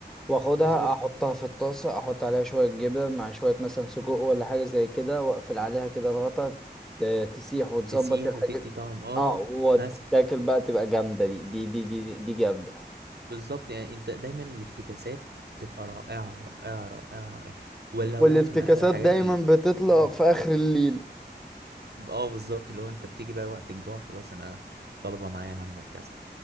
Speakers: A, in the centre; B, on the right.
A: واخدها
B: بالظبط
A: احطها في الطاسة احط عليها شوية جبن مع شوية مثلا سجق ولا حاجة زي كده واقفل عليها كده الغطا ت- تسيح وتظبط
B: تسيح
A: الحاجات
B: وتدي طعم اه
A: اه وتاكل
B: مثلا
A: بقى تبقى جامدة دي دي دي دي, دي جامدة
B: بالظبط يعني انت دايما الافتكاسات تبقى رائعه رائعه رائعه رائعه ولا
A: والافتكاسات
B: اقول لك من احلى الحاجات
A: دايما
B: ال...
A: بتطلع
B: مم.
A: في آخر الليل
B: اه بالظبط اللي هو انت بتيجي بقى وقت الجوع خلاص انا طالبه معايا هعمل كذا